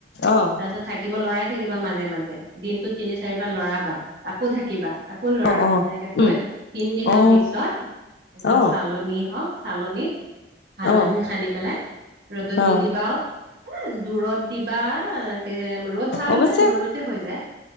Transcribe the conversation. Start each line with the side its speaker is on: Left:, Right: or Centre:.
Left: অ
Right: তাৰপিছত থাকিব লৰাই থাকিবা মাজে মাজে দিনটোত তিনি চাৰিবাৰ লৰাবা আকৌ ধাকিবা। আকৌ লৰাবা
Left: অ অ
Right: তেনেকৈ থৈ
Left: উম
Right: তিনিদিনৰ
Left: অ
Right: পিছত একদম
Left: অ
Right: চালনী হওক চালনীত হালধি
Left: অ
Right: সানি পেলাই ৰ'দত
Left: অ
Right: দি দিবাও, দূৰত দিবা ৰ'দ ভাল
Left: অৱশ্যে
Right: হ'লে দূৰততে হৈ যায়।